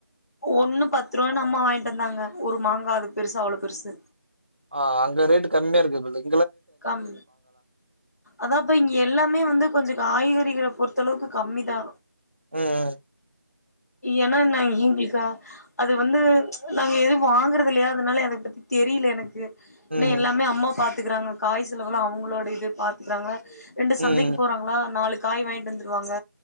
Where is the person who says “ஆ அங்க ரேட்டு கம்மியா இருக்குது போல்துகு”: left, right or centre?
Right